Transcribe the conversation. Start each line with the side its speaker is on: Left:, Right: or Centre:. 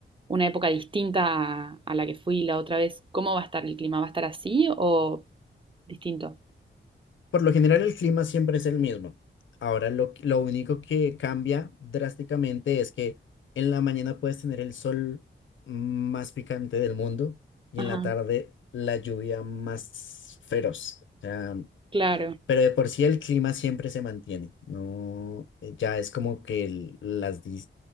Right: una época distinta a, a la que fui la otra vez, ¿cómo va a estar el clima? ¿Va a estar así o distinto?
Left: Por lo general el clima siempre es el mismo. Ahora lo, que- lo único que cambia drásticamente es que en la mañana puedes tener el sol más picante del mundo y
Right: Ajá.
Left: en la tarde la lluvia más feroz. O sea,
Right: Claro,
Left: pero de por sí el clima siempre se mantiene. No, ya es como que el- las, dis-